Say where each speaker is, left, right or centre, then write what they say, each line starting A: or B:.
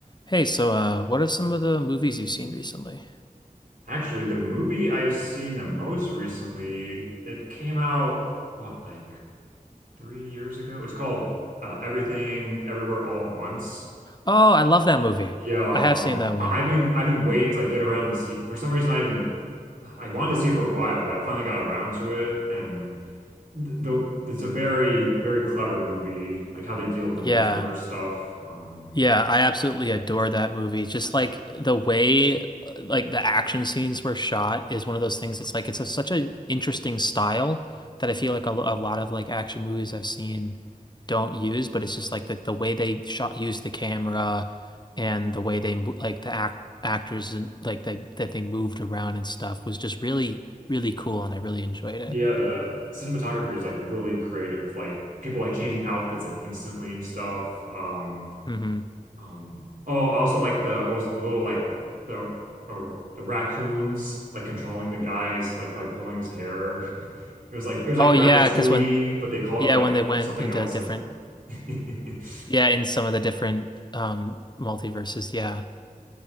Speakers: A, on the left; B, on the right.
A: Hey, so uh, what are some of the movies you've seen recently?
B: Actually, the movie I've seen the most recently, it came out, what, like three years ago? It's called uh, Everything Everywhere All at Once.
A: Oh, I love that movie.
B: Yeah,
A: I have
B: um,
A: seen that one.
B: I I've been I've been waiting to like get around to see. For some reason, I've been I wanted to see it for a while, but I finally got around to it, and th- the it's a very very clever movie, like how they deal with the
A: Yeah.
B: multiverse stuff. Um,
A: Yeah, I absolutely adore that movie. Just like the way uh, like the action scenes were shot is one of those things. It's like it's a, such an interesting style that I feel like a, lo- a lot of like action movies I've seen don't use, but it's just like the, the way they shot use the camera and the way they mo- like the act actors and like they that they moved around and stuff was just really really cool and I really enjoyed it.
B: yeah, the cinematography is like really creative, like people like changing outfits like instantly and stuff. Um,
A: hmm
B: Um, oh, also like the what was it, the little like the uh, the raccoons like controlling the guys like by pulling his hair. <laughs> It was like it was like
A: Oh yeah,
B: Ratatouille,
A: because when
B: but they called
A: yeah
B: it like
A: when they went
B: something
A: into
B: else.
A: different
B: Like <laughs>
A: yeah in some of the different um multiverses yeah